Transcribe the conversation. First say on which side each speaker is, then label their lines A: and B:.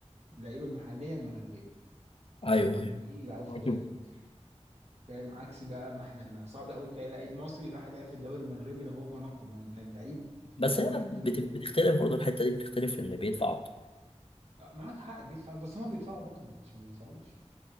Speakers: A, on the right; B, on the left.
A: اللعيبه المحليه المغربيه
B: ايوه
A: هتلاقيهم
B: ايوه
A: جايين يلعبوا في
B: <laughs>
A: الدوري
B: مم.
A: المصري فاهم عكس بقى ما احنا ما صعب قوي تلاقي لعيب مصري راح يلعب في الدوري المغربي ده هو كان اقوى ما هو انت اللعيب
B: بس
A: بيروح
B: هنا
A: ل...
B: بت- بتختلف برضه الحته دي بتختلف في اللي بيدفع اكتر
A: معاك حق بيدفع بس هم بيدفعوا برضه مش ما بيدفعوش